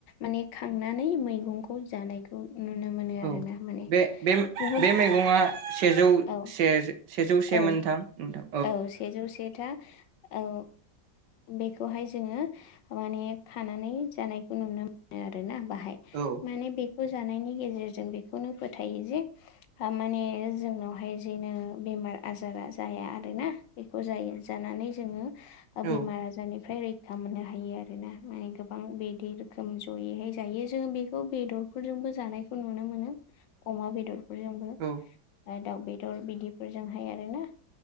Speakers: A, on the left; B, on the right.
A: माने खांनानै मैगंखौ जानाय खौ नुनो मोनो आरोना
B: औ
A: माने
B: बे बे
A: गुबुन
B: बे मैगङा सेजौ
A: औ
B: से सेजौ सेमोन
A: औ
B: नोंथां नोंथां
A: औ सेजौ सेथा औ बेखौहाय जोंङो माने खानानै जानायखौ नुनो मोनो आरोना बाहाय
B: औ
A: माने बेखौ जानायनि गेजेरजों बेखौनो फोथायो जे माने जोंनावहाय जेनो बेमार आजारा जाया आरोना बेखौ जायो जानानै जोङो
B: औ
A: बेमार आजारनिफ्राय रै खा मोननो हायो आरोना मान गोबां बिदि रोखोम जयैहाय जायो जोङो बेखौ बेद र फोरफोरजोंबो जानायखौ नुनो मोनो अमा बेदरफोरजोंबो
B: औ
A: दाउ बेदर बिदि फोरजोंहाय आरोना